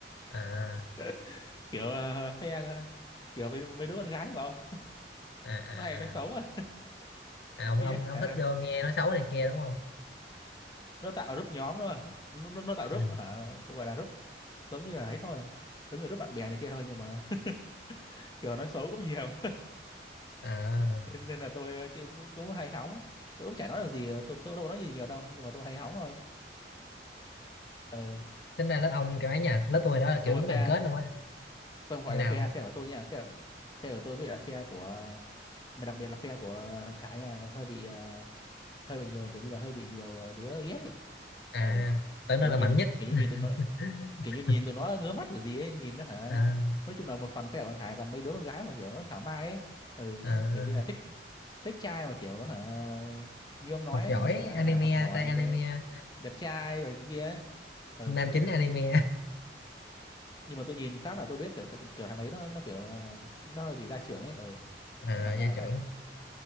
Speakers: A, on the left; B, on the left.
A: à
B: <laughs> kiểu ờ, phe ờ, kiểu mấy mấy đứa con gái mà ông
A: à à,
B: nó hay nói xấu
A: à.
B: à
A: à ông
B: kia
A: ông
B: hả
A: ông thích vô nghe nói xấu này kia đúng không
B: nó tạo group nhóm thôi mà. nó, nó nó tạo group
A: ừ.
B: hả gọi là group giống như là ấy thôi giống như group bạn bè này kia thôi nhưng mà <laughs> kiểu nói xấu cũng nhiều
A: à
B: <laughs> nên, nên là tôi ờ, kiểu cũng, cũng hay hóng tôi cũng chả nói được gì ờ, tôi tôi cũng đâu có nói gì nhiều đâu nhưng mà tôi hay hóng thôi ờ
A: tính ra lớp ông cái ấy nha lớp tôi hồi đó là kiểu
B: xong
A: đúng
B: rồi phe
A: đoàn kết luôn á
B: xong gọi
A: như nào
B: là phe phe của tôi nha phe phe của tôi với lại phe của mà đặc biệt là phe của thằng Khải nha hơi bị ờ, hơi bị nhiều kiểu như là hơi bị nhiều ờ, đứa ghét đi
A: à
B: ừ
A: tưởng
B: kiểu
A: đâu là
B: nhìn
A: mạnh nhất
B: kiểu như
A: <laughs>
B: nhìn tụi nó kiểu như nhìn tụi nó ngứa mắt kiểu gì ấy nhìn nó hả
A: à
B: nói chung là một phần phe của thằng Khải toàn mấy đứa con gái mà kiểu nó thảo mai ấy ừ
A: à
B: nó kiểu như là thích thích trai mà kiểu hả như ông nói
A: học
B: ấy,
A: giỏi
B: hả, kiểu là
A: anime
B: hả, học giỏi
A: trai anime
B: đẹp, đẹp trai rồi cái kia ấy. ừ
A: nam chính anime
B: nhưng mà tôi nhìn phát là tôi biết kiểu, kiểu thằng đấy nó nó kiểu là nó hơi bị gia trưởng ấy ừ
A: <laughs> à,
B: nó thẳng
A: gia
B: ra là
A: trưởng
B: vậy